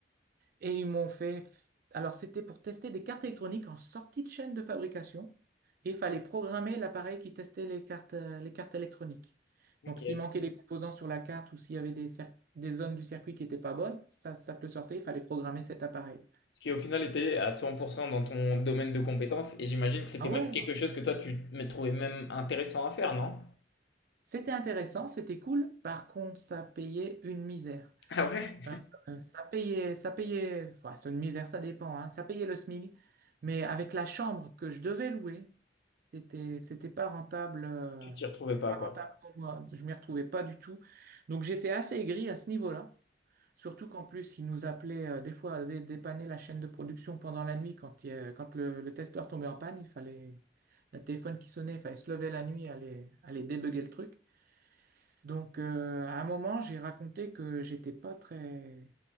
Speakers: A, on the right (about 55°); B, on the left (about 75°).
A: Et ils m'ont fait. Alors, c'était pour tester des cartes électroniques en sortie de chaîne de fabrication. Et il fallait programmer l'appareil qui testait les cartes, euh, les cartes électroniques.
B: Ok.
A: Donc, s'il manquait des composants sur la carte ou s'il y avait des, cer- des zones du circuit qui n'étaient pas bonnes, ça, ça te le sortait, il fallait programmer cet appareil.
B: Ce qui au final était à 100% dans ton domaine de compétences et j'imagine que c'était
A: Ah ouais,
B: même quelque
A: non.
B: chose que toi tu me trouvais même intéressant à faire, non?
A: c'était intéressant, c'était cool. Par contre, ça payait une misère.
B: Ah ouais?
A: Euh, euh, ça payait, ça payait, enfin, c'est une misère, ça dépend, hein. Ça payait le SMIG. Mais avec la chambre que je devais louer, C'était, c'était pas rentable, euh,
B: Tu t'y retrouvais pas
A: pas
B: quoi.
A: rentable pour moi. Je m'y retrouvais pas du tout. Donc j'étais assez aigri à ce niveau-là. Surtout qu'en plus, ils nous appelaient euh, des fois à dé- dépanner la chaîne de production pendant la nuit quand, il y a- quand le, le testeur tombait en panne. Il fallait le téléphone qui sonnait, il fallait se lever la nuit, aller, aller débugger le truc. Donc euh, à un moment, j'ai raconté que j'étais pas très